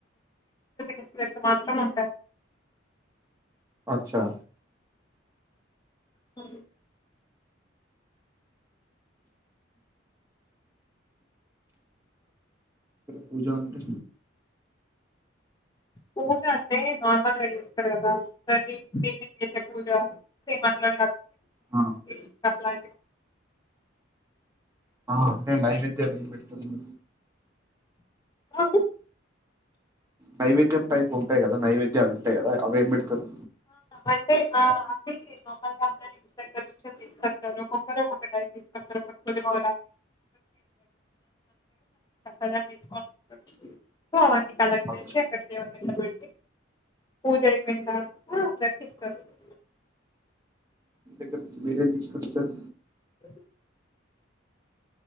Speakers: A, on the left; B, on the right.
A: ఫెస్టివల్ మాత్రం ఉంట
B: అచ్చా
A: స
B: పూజా అంటే
A: పూజ అంటే నార్మల్గా చేస్తారు కదా ప్రతి దేవిని చేసే పూజ సేట్ల
B: ఆ
A: ఇ కలా
B: అ అంటే నైవేద్యం ఏం పెడతారు
A: ఆ
B: నైవేద్యం టైప్ ఉంటాయి కదా నైవేద్యాలు ఉంటాయి కదా అవే ఏమి పెడతారు
A: అంటే ఆ అమల్గా అంద దగ్గర నుంచి తీసుకొస్తారు ఒక్కొక్కరు ఒక్కొక్కటి తీసుకొస్తారు ఒక్కరగలు అలాంటివి తీకో అవన్నీ కలెక్ట్
B: అచ్చా.
A: చేసి అక్కడిడ ఎబట్టి పూజ అయిపోయిన తారు <unintelligible>
B: ఇ <unintelligible> ఏం తీసుకొస్తారు
A: అ